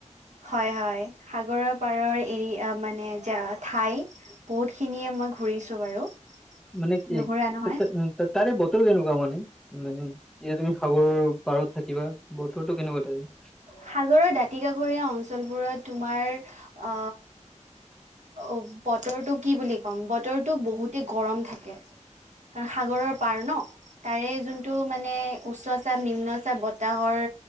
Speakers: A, on the right; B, in the centre.
A: হয়, হয়। সাগৰৰ পাৰৰ এৰিয়া মানে যে ঠাই বহুত খিনিয়ে মই ঘূৰিছো বাৰু।
B: মানে তাৰে
A: নুঘুৰা নহয়
B: বতৰ কেনেকুৱা মানে? নে যেতিয়া তুমি সাগৰৰ পাৰত থাকিবা বতৰটো কেনেকুৱা তাতে?
A: সাগৰৰ দাঁতি কাষৰীয়া অঞ্চলবোৰত তোমাৰ আ অ' বতৰটো কি বুলি ক'ম, বতৰটো বহুতে গৰম থাকে। কাৰণ সাগৰৰ পাৰ ন। তাৰে যোনটো মানে উচ্চ চাপ নিম্ন চাপ বতাহৰ